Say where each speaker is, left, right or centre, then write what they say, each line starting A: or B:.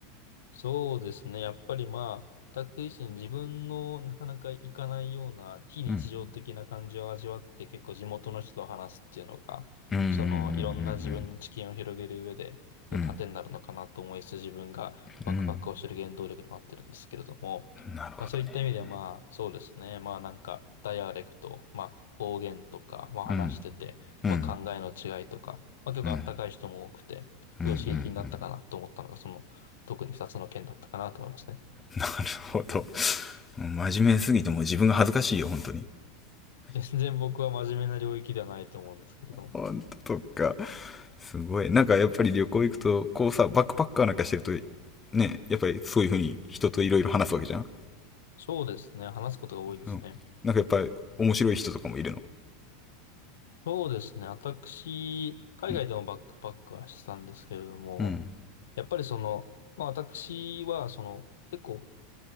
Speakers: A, on the left (about 75°); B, on the left (about 20°).
A: そうですね。やっぱりまあ、全く自分のなかなか行かないような非日常的な感じを味わって結構地元の人と話すっていうのが、
B: うん。うん。うんうんうんう
A: そのいろんな自分の知見を広げる上で、
B: ん
A: すごい糧になるのかなと思いつつ自分がバックパックをしてる原動力でもあってるんですけれども、
B: うんうん。うん。なるほどね。
A: まあそういった意味ではまあそうですね。まあなんかダイアレクト、まあ方言とか、まあ話してて、
B: うん。うん。
A: まあ考えの違いとか、まあ結構あったかい人も多くて、
B: うん。
A: すごい刺激になったかなと思ったのが、
B: うんうんうん。
A: その特に2つの件だったかなと思いますね。
B: なるほど。真面目すぎてもう自分が恥ずかしいよ、本当に。
A: 全然僕は真面目な領域ではないと思うんですけれども。
B: 本当とか。すごい。なんかやっぱり旅行行くと、こうさ、バックパッカーなんかしてると、ね、やっぱりそういう風に人といろいろ話すわけじゃん。
A: そうですね。話すことが多いですね。
B: うん。なんかやっぱり面白い人とかもいるの。
A: そうですね。私、海外でもバックパックはしてたんですけれども、
B: うん。うん。
A: やっぱりその、まあ私はその、結構